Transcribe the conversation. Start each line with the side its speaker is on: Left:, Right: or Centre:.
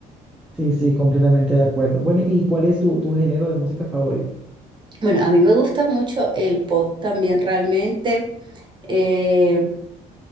Centre: Sí, sí, completamente de acuerdo. Bueno, ¿y cuál es tu, tu género de música favorito?
Right: Bueno, a mí me gusta mucho el pop también realmente. eh,